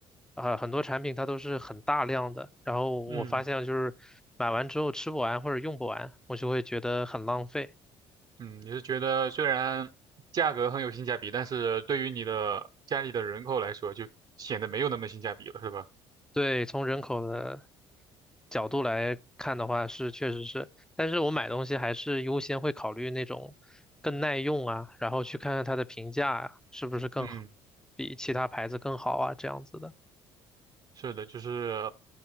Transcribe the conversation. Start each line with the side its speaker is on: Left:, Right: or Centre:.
Centre: 啊、很多产品它都是很大量的。然后我发现就是买完之后吃不完或者用不完，
Right: 嗯
Centre: 我就会觉得很浪费。
Right: 嗯，你是觉得虽然价格很有性价比，但是对于你的家里的人口来说，就显得没有那么性价比了，是吧？
Centre: 对，从人口的角度来看的话，是确实是，但是我买东西还是优先会考虑那种更耐用啊，然后去看看它的评价啊，是不是更好，
Right: 嗯。
Centre: 比其他牌子更好啊，这样子的。
Right: 是的，就是